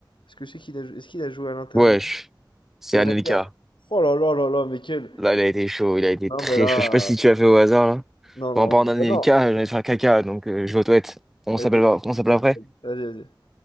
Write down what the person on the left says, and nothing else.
Est-ce que c'est qu'il a, jou- est-ce qu'il a joué à l'Inter
Milan?
C'est
Anelka? Oh là là là là, mais quel.
Non,
mais là.
Non,
non,
non,
bah non.
Vas-y,
vas-y,
vas-y. vas-y.